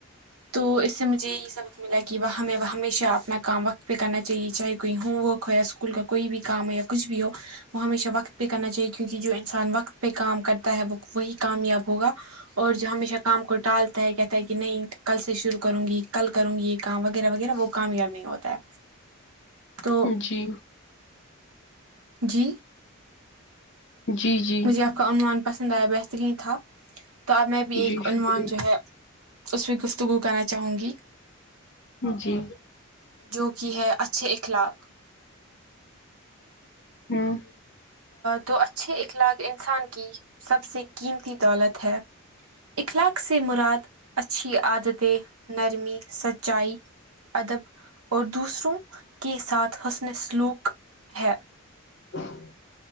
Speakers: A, on the right (about 85°); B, on the left (about 55°).
A: تو اس سے مجھے یہ سبق ملا کہ وہ ہمیں ہمیشہ اپنا کام وقت پہ کرنا چاہیے چاہے کوئی ہوم ورک ہو یا اسکول کا کوئی بھی کام ہو یا کچھ بھی ہو وہ ہمیشہ وقت پہ کرنا چاہیے کیونکہ جو انسان وقت پہ کام کرتا ہے وہ وہی کامیاب ہوگا اور جو ہمیشہ کام کو ٹالتا ہے کہتا ہے کہ نہیں کل سے شروع کروں گی کل کروں گی یہ کام وغیرہ وغیرہ وہ کامیاب نہیں ہوتا ہے تو
B: جی
A: جی
B: جی جی
A: مجھے آپ کا عنوان پسند آیا بہترین تھا تو اب میں بھی ایک
B: جی
A: عنوان
B: شکریہ
A: جو ہے اس میں گفتگو کرنا چاہوں گی
B: جی
A: جو کی ہے اچھے اخلاق
B: ہوں
A: تو اچھے اخلاق انسان کی سب سے قیمتی دولت ہے اخلاق سے مراد اچھی عادتیں نرمی سچائی ادب اور دوسروں کے ساتھ حسن سلوک ہے
B: <inaudible>